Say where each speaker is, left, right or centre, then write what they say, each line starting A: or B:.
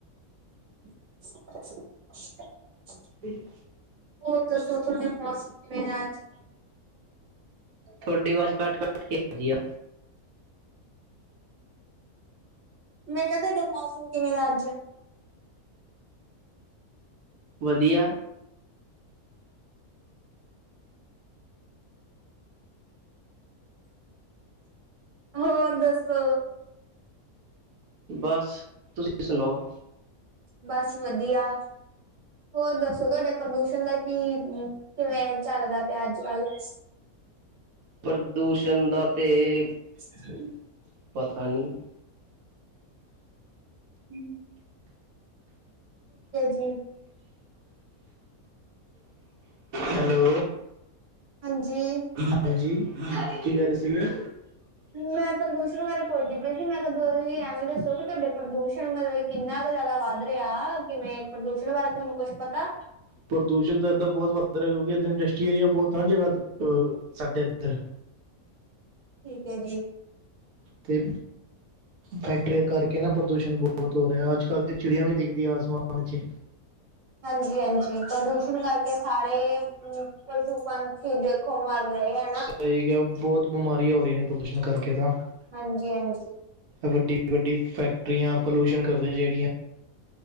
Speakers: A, on the right; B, on the right.
A: <unintelligible>
B: ਠੀਕ।
A: ਹੋਰ ਦੱਸੋ ਥੋਡੇ ਮੌਸਮ ਕਿਵੇਂ ਐ ਅੱਜ?
B: ਥੋਡੀ ਵਾਜ਼ ਕਟ-ਕਟ ਕੇ ਆਰੀ ਆ।
A: ਮੈਂ ਕਿਆ ਧਾਡਾ ਮੌਸਮ ਕਿਵੇਂ ਦਾ ਅੱਜ?
B: ਵਧੀਆ।
A: ਹੋਰ ਦੱਸੋ?
B: ਬੱਸ ਤੁਸੀ ਸਣਾਉ?
A: ਬੱਸ ਵਧੀਆ। ਹੋਰ ਦੱਸੋ ਤੁਹਾਡੇ ਪ੍ਰਦੂਸ਼ਣ ਦਾ ਕੀ, ਕਿਵੇਂ, ਚੱਲਦਾ ਪਿਆ ਅੱਜ-ਕੱਲ੍ਹ? ' <inaudible>
B: ਪ੍ਰਦੂਸ਼ਣ ਦਾ ਤੇ
A: ' <inaudible>
B: ਅ ਪਤਾ ਨੀ।
A: ਹਮ। ਜੀ
B: ਹੈਲੋ।
A: ਹਾਂਜੀ
B: ਹਾਂਜੀ, ਕੀ ਕਰ ਸੀਗੇ?
A: ਮੈਂ ਪ੍ਰਦੂਸ਼ਣ ਬਾਰੇ ਪੁਸਦੀ ਪਈ ਸੀ, ਮੈਂ ਕਿਹਾ ਦੋਹੀ ਐਵੇਂ ਦੱਸੋ ਕਿ ਤੁਹਾਡੇ ਪ੍ਰਦੂਸ਼ਣ ਮਤਲਬ ਕਿੰਨਾ ਕ ਜਾਦਾ ਵੱਧ ਰਿਹਾ ਕਿਮੇਂ ਪ੍ਰਦੂਸ਼ਣ ਬਾਰੇ ਧੋਨੂੰ ਕੁਛ ਪਤਾ।
B: ਪ੍ਰਦੂਸ਼ਣ ਤਾਂ ਐਦਾ ਬੌਤ ਵੱਧ ਰਿਹਾ ਕਿਉਂਕਿ ਇਦਅ ਇੰਡਸਟਰੀ ਏਰੀਆ ਬੌਤ ਆ ਨਾ ਜਗ੍ਹਾ ਅਅ ਸਾਡੇ ਇੱਧਰ।
A: ਠੀਕ ਐ ਜੀ।
B: ਤੇ ਫੈਕਟਰੀਆ ਕਰਕੇ ਨਾ ਪ੍ਰਦੂਸ਼ਣ ਬਹੁਤ ਹੋ ਰਿਹਾ ਅੱਜ -ਕੱਲ੍ਹ ਤੇ ਚਿੜੀਆ ਵੀ ਨ ਦਿਖਦੀਆਂ ਆਸਮਾਨ 'ਚ'।
A: ਹਾਂਜੀ-ਆਂਜੀ, ਪ੍ਰਦੂਸ਼ਣ ਕਰਕੇ ਸਾਰੇ ਪਸੂ-ਪੰਛੀ ਦੇਖੋ ਮਰ ਰਹੇ ਆ।
B: ਸਈ ਕਿਆ ਹੁਤ ਬਮਾਰੀਆਂ ਹੋ ਰਹੀਆਂ ਨੇ ਪ੍ਰਦੂਸ਼ਣ ਕਰਕੇ ਤਾਂ ‌।
A: ਹਾਂਜੀ-ਅੰਜੀ।
B: ਵੱਡੀ-ਵੱਡੀ ਫੈਕਟਰੀਆਂ ਪਲੂਸ਼ਨ ਕਰਦੀ ਜੇ।